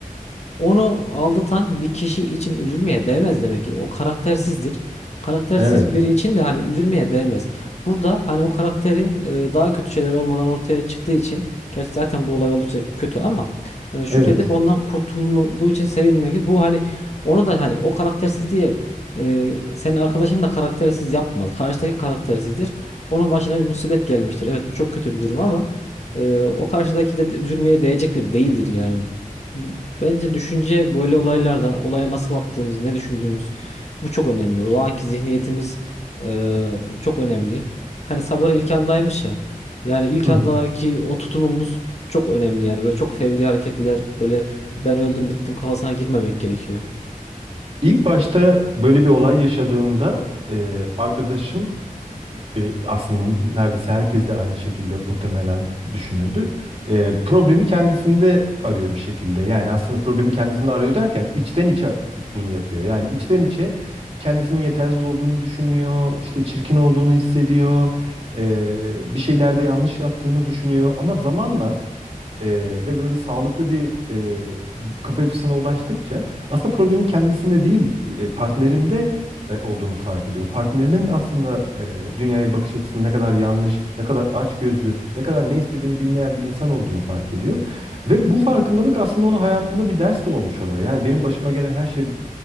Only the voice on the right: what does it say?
Evet,
evet.
Hı
hı.
İlk başta böyle bir olay yaşadığımda e, arkadaşım ve aslında neredeyse herkes de aynı şekilde muhtemelen düşünürdü. E, problemi kendisinde arıyor bir şekilde. Yani aslında problemi kendisinde arıyor derken içten içe bunu yapıyor. Yani içten içe kendisinin yetersiz olduğunu düşünüyor, işte çirkin olduğunu hissediyor, e, bir şeylerde yanlış yaptığını düşünüyor. Ama zamanla ee, ve böyle sağlıklı bir e, kafa yapısına ulaştıkça aslında problemin kendisinde değil e, partnerinde e, olduğunu fark ediyor. Partnerinin aslında e, dünyaya bakış açısının ne kadar yanlış, ne kadar açgözlü, ne kadar ne istediğini bilmeyen bir insan olduğunu fark ediyor. Ve bu farkındalık aslında onun hayatında bir ders de olmuş oluyor. Yani benim başıma gelen her şeyin